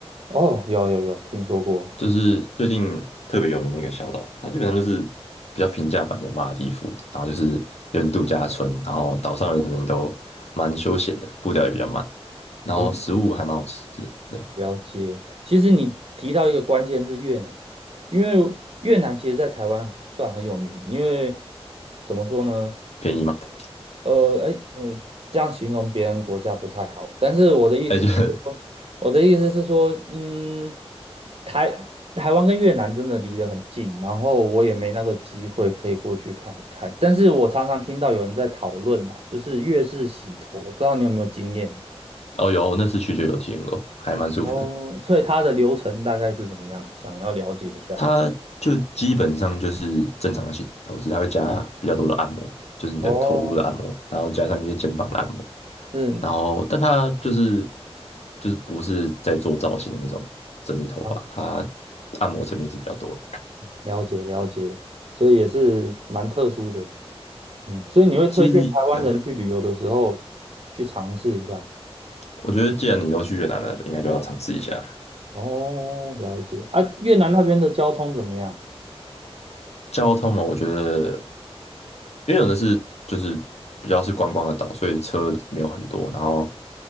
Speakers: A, on the right; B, on the left.
A: 哦，有有有，听说过。
B: 就是最近特别有名的一个小岛，它基本上就是比较平价版的马尔代夫，然后就是有点度假村，然后岛上的人民都蛮休闲的，步调也比较慢，然后食物还蛮好吃的，
A: 诶，
B: 对，
A: 了解。其实你提到一个关键字越南，因为越南其实在台湾算很有名，因为怎么说呢？
B: 便宜嘛。<laughs>
A: 呃，哎，嗯，这样形容别人国家不太好，但是我的意思是说，
B: 哎、就是
A: 我的意思是说，嗯，台台湾跟越南真的离得很近，然后我也没那个机会可以过去看一看，但是我常常听到有人在讨论啊，就是越式洗头，我不知道你有没有经验
B: 哦有啊我那次去就有体验过，还蛮舒服的。
A: 哦，所以它的流程大概是怎么样，想要了解一下，
B: 它就基本上就是正常的洗头，只是它会加比较多的按摩，就是你的头部的按摩，
A: 哦，
B: 然后加上一些肩膀的按摩，
A: 是
B: 然后但它就是就是不是在做造型的那种整理头发，
A: 了
B: 它按摩层面是比较多的
A: 了解了解，所以也是蛮特殊的。嗯，所以你会推荐台湾人去旅游的时候去尝试一下。
B: 其实对，我觉得既然你都去越南了，应该就要尝试一下。
A: 哦，了解。啊，越南那边的交通怎么样？
B: 交通哦，我觉得，因为有的是就是比较是观光的岛，所以车没有很多，然后